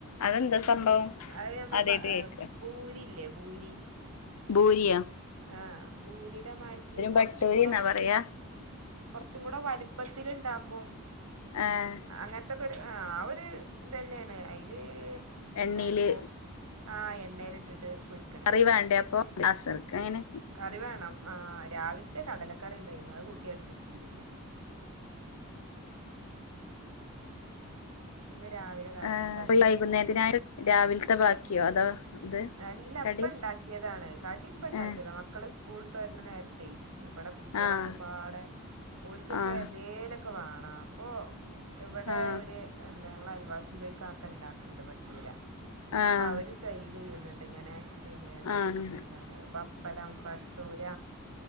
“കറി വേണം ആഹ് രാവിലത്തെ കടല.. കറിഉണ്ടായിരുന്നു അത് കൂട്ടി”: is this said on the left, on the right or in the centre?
Right